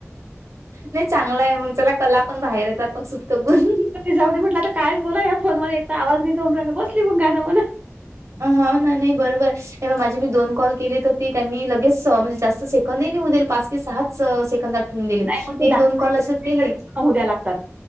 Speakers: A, on the right; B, on the right.
A: नाही चांगलं आहे, मग चला कला पण बाहेर येतात मग सुप्त गुण.
B: जाऊ दे म्हटलं आता कायच बोला या फोन मध्ये, एक आवाज नि जाऊन राहिला बसली मग गाणं म्हणत.
A: हा नाही नाही बरोबर हे, बग माझे मी दोन कॉल केले तर ती त्यांनी लगेच म्हणजे, जास्त सेकंदही हो देलं पाच. सहाच सेकंदात ठेवून दिले,
B: नाही मग
A: ते
B: दहा
A: दोन कॉल असेच गेले.
B: उद्या लागतात